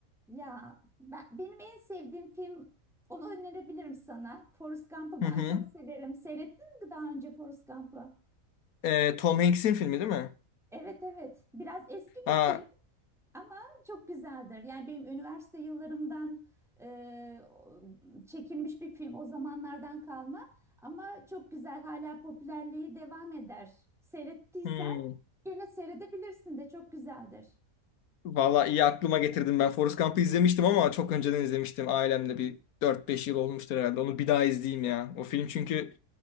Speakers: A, in the centre; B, on the left (about 85°).
A: Ya ben, benim en sevdiğim film, onu önerebilirim sana. Forrest Gump'ı
B: Hı
A: ben
B: hı.
A: çok severim. Seyrettin mi daha önce Forrest Gump'ı?
B: Ee, Tom Hanks'in filmi değil mi?
A: Evet evet. Biraz eski
B: Ha,
A: bir film ama çok güzeldir. Yani benim üniversite yıllarımdan e, o- çekilmiş bir film. O zamanlardan kalma. Ama çok güzel. Hala popülerliği devam eder. Seyrettiysen
B: hmm.
A: gene seyredebilirsin de çok güzeldir.
B: Valla iyi aklıma getirdim ben Forrest Gump'ı izlemiştim ama çok önceden izlemiştim ailemle bir dört beş yıl olmuştur herhalde onu bir daha izleyeyim ya. O film çünkü